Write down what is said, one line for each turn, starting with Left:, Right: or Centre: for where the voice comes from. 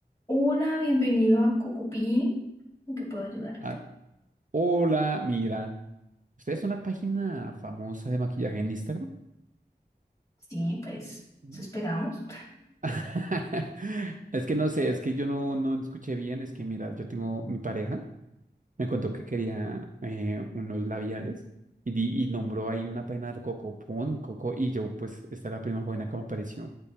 Left: Hola, bienvenido a Cocupín. ¿En qué puedo ayudarte?
Right: Ah, hola, mira. ¿Ustedes son la página famosa de maquillaje en Instagram?
Left: Sí, pues,
Right: Mm.
Left: eso esperamos.
Right: <laughs> Es que no sé, es que yo no, no escuché bien. Es que, mira, yo tengo mi pareja, me contó que quería eh, unos labiales y, di- y nombró ahí una página de Coco Pon, Coco, y yo, pues, esta es la primera buena que me apareció